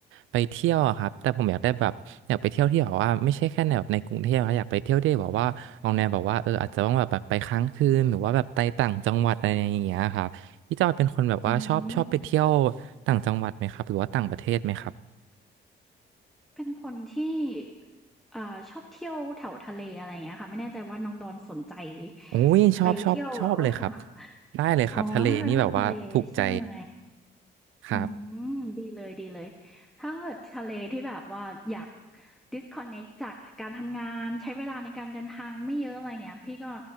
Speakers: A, on the right; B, in the centre.
A: ไปเที่ยวอะครับแต่ผมอยากได้แบบอยากไปเที่ยวที่แบบว่าไม่ใช่แค่ในแบบในกรุงเทพนะอยากไปเที่ยวที่แบบว่าออกแนวแบบว่าเอออาจจะต้องแบบแบบไปค้างคืนหรือว่าแบบไปต่างจังหวัดอะไรอย่างเงี้ยครับ พี่จอยเป็นคนแบบว่าชอบชอบไปเที่ยว
B: อืม
A: ต่างจังหวัดไหมครับหรือว่าต่างประเทศไหมครับ
B: เป็นคนที่เอ่อชอบเที่ยวแถวทะเลอะไรอย่างเงี้ยค่ะ ไม่แน่ใจว่าน้องดอนสนใจ
A: อุ้ยชอบชอบชอบเลยครับ
B: ไปเที่ยวแบบว่า
A: ได้เลยครับทะเลนี่แบบว่าถูกใจ
B: <laughs> อ๋อถ้าเกิดทางทะเลใช่ไหม
A: ครับ
B: อืมดีเลยดีเลยถ้าเกิดทะเลที่แบบว่าอยาก disconnect จากการทำงานใช้เวลาในการเดินทางไม่เยอะอะไรเงี้ยพี่ก็